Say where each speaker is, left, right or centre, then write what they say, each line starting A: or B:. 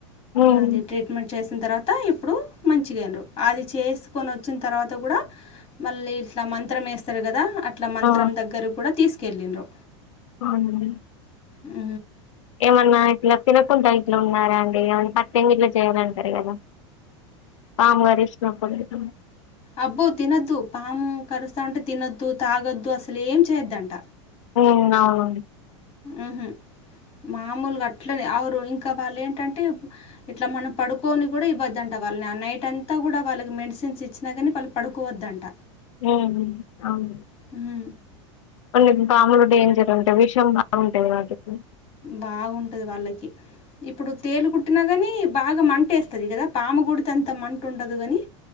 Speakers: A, on the left; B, on the left.
A: హ్మ్
B: అది ట్రీట్మెంట్ చేసి తర్వాత ఇప్పుడు మంచిగైంరు అది చేస్కొనొచ్చిన తర్వాత కూడా మళ్ళీ ఇట్లా మంత్రం ఏస్తరు కదా అట్లా మంత్రం
A: ఆ
B: దగ్గర్కూడా తీస్కెళ్ళింరు
A: ఔనండి
B: ఉ
A: ఏమన్నా ఇట్లా తినకుండా ఇట్లా ఉన్నారా అండి ఏమ పత్తెంగిట్లా చేయాలంటరు కదా పాము కరిష్నప్పుడెటు
B: అబ్బో తినద్దు పాము కరుస్తాంటే తినొద్దు తాగొద్దు అస్సలేం చేయోద్దంట
A: ఇంగౌనండి
B: ఉహు మామూల్గా అట్లనే ఆరొ ఇం ఇంకా వాలు ఏంటంటే ఇట్లా మనం పడుకోని కూడా ఇవద్దంట వాళ్ళని ఆ నైట్ అంతా కూడా వాళ్ళకి మెడిసిన్స్ ఇచ్చినా కానీ వాళ్ళు పడుకోవద్దంట
A: ఓహో ఔన
B: ఆ
A: కొన్ని పాములు డేంజర్ ఉంటై విషం బాగుంటది వాటికి
B: బాగుంటది వాళ్ళకి ఇప్పుడు తేలుకు కుట్టినా కానీ బాగా మంటేస్తది కదా పాము గుడితే అంత మంటుండదు కాని